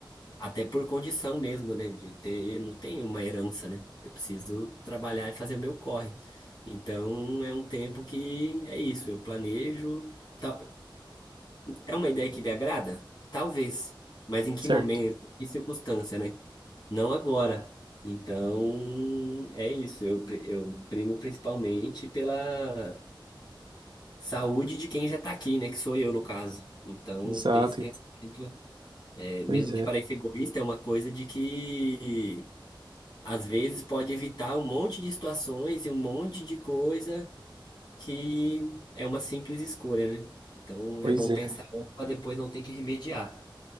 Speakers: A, on the left; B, on the right.
A: Até por condição mesmo, né? De ter, não tem uma herança, né? Eu preciso trabalhar e fazer o meu corre. Então é um tempo que é isso, eu planejo. tal- É uma ideia que me agrada? Talvez. Mas em que
B: certo.
A: momento, em que circunstância, né? Não agora. Então é isso, eu, pri- eu primo principalmente pela saúde de quem já tá aqui, né? Que sou eu, no caso. Então,
B: Exato.
A: ter esse pensamento. É, mesmo
B: Pois é.
A: que pareça egoísta, é uma coisa de que às vezes pode evitar um monte de situações e um monte de coisa que é uma simples escolha, né? Então
B: Pois
A: é bom
B: é,
A: pensar para depois não ter que remediar.